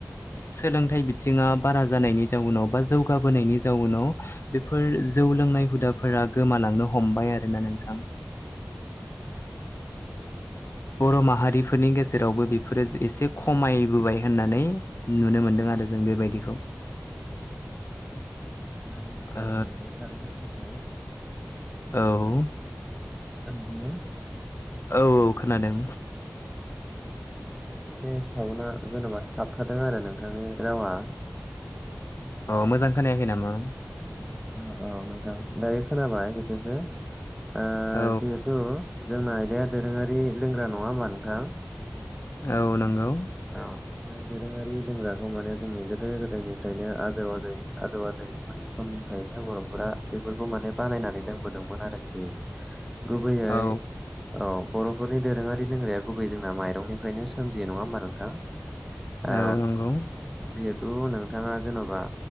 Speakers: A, on the left; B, in the centre.
A: सोलोंथाइ बिथिङा बारा जानायनि जाउनाव बा जौगाबोनायनि जाउनाव बेफोर जौ लोंनाय हुदा फोरा गोमालांनो हमबाय आरोना नोंथां।
B: <inaudible>
A: बर' माहारिफोरनि गेजे रावबो बेफोरो एसे खमायबोबाय होननानै नुनो मोनदों आरो जों बेबायदिखौ।
B: <inaudible> जि बाथ्रा
A: ओ
B: बुंदों थारैनो बे सैथो।
A: औ
B: हो?
A: औ खोनादों
B: माने एसे सावनाआ जेनेबा थाबथादों आरो नोंथांनि रावआ
A: अ मोजां खोनायाखै नामा?
B: औ औ नोंथां दायो खोनाबाय खसेसो ओ
A: औ
B: जिहेथ जोंना आयदाया दोरोङारि लोंग्रा नङा होमा नोंथां?
A: औ नंगौ
B: औ। जाय दोरोङारि लोंग्राखौ माने जोंनि गोदो गोदायनिफ्रायनो आजौ आजै आजौ आजै मोननि सम निफ्रायनो बर'फोरा बेफोरखौ माने बानायनानै लोंबोदोंमोन आरोखि। गुबैयै
A: औ
B: औ बर'फोरनि दोरोङारि लोंग्राया गुबै जोंना माइरंनिफ्रायनो सोमजियो नङा होमबा नोंथां आ
A: औ नंगौ
B: जिहे तु नोंथाङा जेन'बा